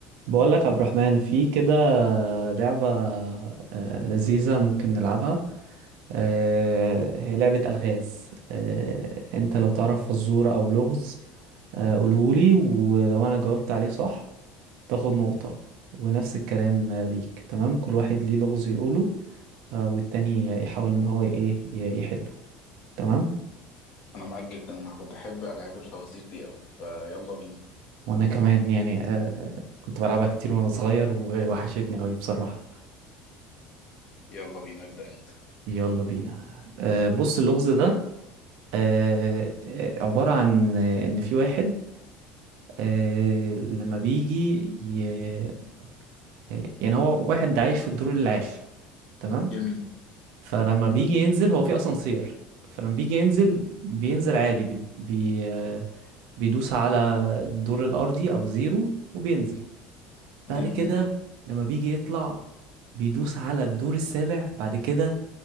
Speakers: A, on the right; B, on the left.
A: بقول لك عبد الرحمن في كده لعبة آه، لذيذة ممكن نلعبها آه، هي لعبة ألغاز آه، انت لو تعرف فزورة او لغز آه، قولهولي ولو انا جاوبت عليه صح تاخد نقطة ونفس الكلام آه، ليك تمام كل واحد ليه لغز يقوله آه، والتاني يحاول ان هو ايه ي- يحله تمام
B: انا معاك جدا انا كنت بحب العاب الفوازير دي قوي فيلا بينا
A: وانا كمان يعني آه، كنت بلعبها كتير وانا صغير ووحشتني قوي بصراحة
B: يلا بينا ابدا انت
A: يلا بينا آه، بص اللغز ده آه، آه، عبارة عن آه، إن في واحد آه، لما بيجي ي... آه، يعني هو واحد عايش في الدور العاشر تمام
B: جميل
A: فلما بيجي ينزل هو في أسانسير فلما بيجي ينزل بينزل عادي بي... بي... آه، بيدوس على الدور الأرضي أو زيرو وبينزل بعد
B: جميل
A: كده لما بيجي يطلع بيدوس على الدور السابع بعد كده